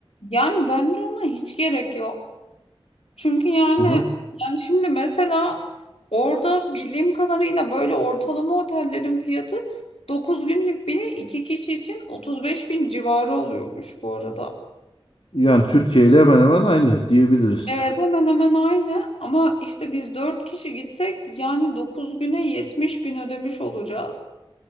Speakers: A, on the left; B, on the left.
A: Yani bence ona hiç gerek yok. Çünkü yani
B: Hı hı.
A: yani şimdi mesela orada bildiğim kadarıyla böyle ortalama otellerin fiyatı 9 günlük bile 2 kişi için otuz beş bin civarı oluyormuş bu arada.
B: Yani Türkiye ile hemen hemen aynı diyebiliriz.
A: Evet hemen hemen aynı ama işte biz 4 kişi gitsek yani 9 güne yetmiş bin ödemiş olacağız.